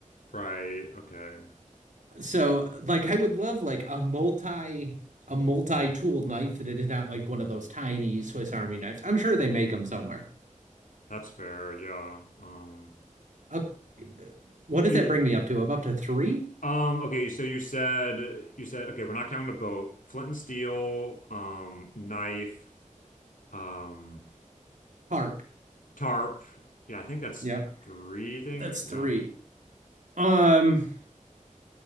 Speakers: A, on the left; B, on the right.
A: Right, okay,
B: So like I would love like a multi a multi-tool knife that it is not like one of those tiny Swiss Army knives. I'm sure they make them somewhere.
A: that's fair. Yeah. Um,
B: Up, what
A: you
B: does
A: you
B: that
A: could.
B: bring me up to? I'm up to three?
A: Um, okay, so you said you said okay, we're not counting the boat, flint and steel, um, knife. Um,
B: Harp.
A: tarp. Yeah, I think that's
B: Yep.
A: three things.
B: That's three.
A: Yeah.
B: Um